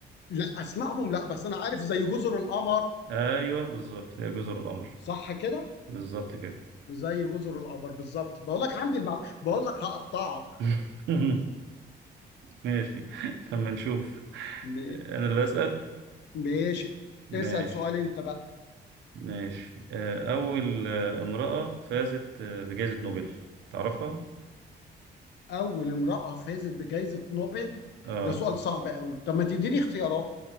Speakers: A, on the left (about 75°); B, on the right (about 85°).
A: لا اسمائهم لا بس انا عارف زي جزر القمر
B: ايوه بالظبط هي جزر القمر
A: صح كده
B: بالظبط كده
A: زي جزر القمر بالظبط بقول لك عندي المعلومه بقول لك هقطعك
B: <laughs> ماشي لما نشوف
A: م...
B: انا اللي اسال
A: ماشي
B: ماشي
A: اسال سؤال انت بقى
B: ماشي آه، اول آه، امرأة فازت آه، بجائزة نوبل تعرفها
A: اول امراه فازت بجائزه نوبل
B: اه
A: ده سؤال صعب قوي طب ما تديني اختيارات